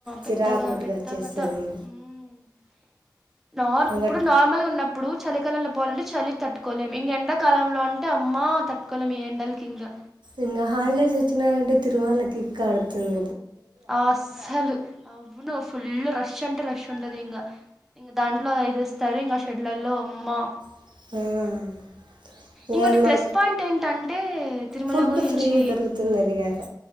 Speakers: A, on the right; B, in the centre.
A: చిరాకుటుగా
B: పెద్దగా పెద్ద
A: వచ్చేస్తుంది
B: కథ ఉమ్ నార్
A: ఇంకా
B: ఇప్పుడు నార్మల్గా వున్నపుడు ఇప్పుడు చలికాలంలో పోవాలంటే చలి తట్టుకోలేం ఇంకా ఎండాకాలంలో అంటే అమ్మ తట్టుకోలేం ఈ ఎండలకి ఇంకా
A: ఇంగ హాలిడేస్ వచ్చనంట తిరుమల అడుతుంది
B: అస్సలు అవును ఫుల్ రష్ అంటే రష్ ఉండదు ఇంకా ఇంకా దాంట్లో వేస్తారు ఇంకా షెడ్లల్లో అమ్మా
A: <unintelligible> ఇంకా
B: ఇంకోొటి
A: మా
B: ప్లస్ పాయింట్ ఏంటంటే తిరుమల
A: ఫుడ్
B: గురించి
A: ఫ్రీ దొరుకుతుంది అది కాక